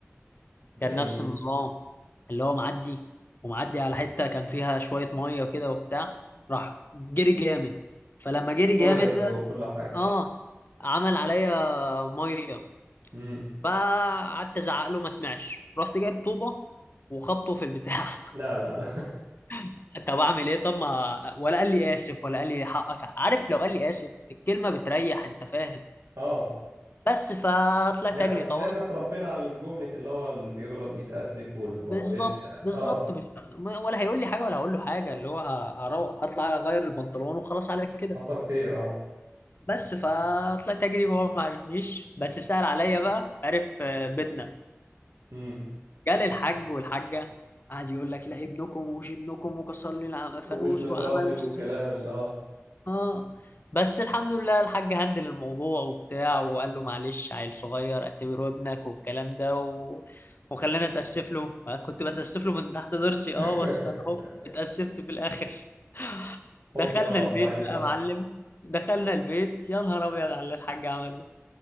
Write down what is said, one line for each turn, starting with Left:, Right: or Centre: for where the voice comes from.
Right: ده
Left: كان
Right: ايه
Left: نفس
Right: دي
Left: النظام اللي هو معدي ومعدي على حتة كان فيها شوية مية كده وبتاع راح جري جامد فلما جري
Right: طاير
Left: جامد
Right: جوه
Left: ده،
Right: كل حاجة
Left: اه عمل عليا مية
Right: مم.
Left: فقعدت ازعق له ما سمعش رحت جايب طوبه وخبطه في البتاع
Right: لا لا لا
Left: <laughs> طب اعمل ايه طب ما ولا قال لي اسف ولا قال لي حقك عارف لو قال لي اسف الكلمه بتريح انت فاهم
Right: اه
Left: بس فطلعت
Right: زي
Left: اجري
Right: ما
Left: طبعا
Right: زي ما اتربينا على الجملة اللي هو اللي بيغلط بيتأسف واللي ما
Left: بالظبط
Right: غلطش يعني
Left: بالظبط
Right: اه
Left: مش- ولا هيقول لي حاجه ولا هقول له حاجه اللي هو ه- هروح هطلع اغير البنطلون وخلاص على كده
Right: حصل خير اه
Left: بس فطلعت اجري وهو ما عرفنيش بس سأل عليا بقى عرف آه، بيتنا
Right: امم
Left: جالي الحاج والحاجه قعد يقول لك لا ابنكم ومش ابنكم وكسر لي الع- فانوس
Right: ومش متربي
Left: وعمل
Right: والكلام
Left: وسوي
Right: اللي اه
Left: اه بس الحمد لله الحاج هندل الموضوع وبتاع وقال له معلش عيل صغير اعتبره ابنك والكلام ده و... وخلاني اتاسف له آه، كنت بتاسف له من تحت ضرسي
Right: <laughs>
Left: اه بس اهو اتاسفت في الاخر <laughs> دخلنا
Right: حكم الأول على
Left: البيت
Right: الضعيف
Left: بقى
Right: بقى
Left: يا معلم دخلنا البيت يا نهار ابيض على اللي الحاج عمله